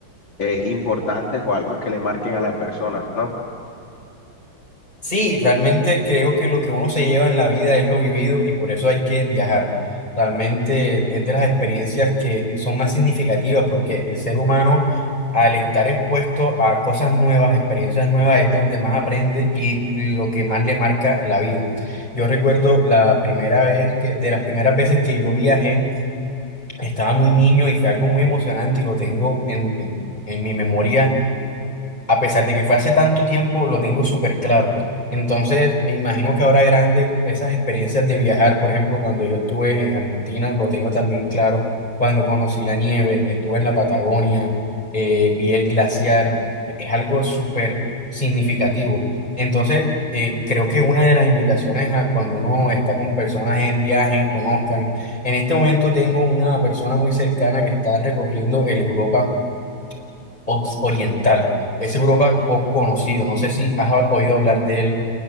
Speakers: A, on the left (about 65°); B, on the left (about 20°).
A: eh, importantes o algo que le marquen a las personas, ¿no?
B: Sí, realmente creo que lo que uno se lleva en la vida es lo vivido y por eso hay que viajar. Realmente es de las experiencias que son más significativas porque el ser humano al estar expuesto a cosas nuevas, experiencias nuevas, es donde más aprende y lo que más le marca en la vida. Yo recuerdo la primera vez que, de las primeras veces que yo viajé, estaba muy niño y fue algo muy emocionante y lo tengo en, en en mi memoria a pesar de que fue hace tanto tiempo, lo tengo súper claro. Entonces, me imagino que ahora grande esas experiencias de viajar, por ejemplo, cuando yo estuve en Argentina, lo tengo también claro, cuando conocí la nieve, que estuve en la Patagonia, eh, vi el glaciar, es algo súper significativo. Entonces, eh, creo que una de las invitaciones a cuando uno está con personas es viajen, conozcan. En este momento tengo una persona muy cercana que está recorriendo el Europa ox- oriental. Es Europa poco conocido. No sé si has ha- oído hablar de él,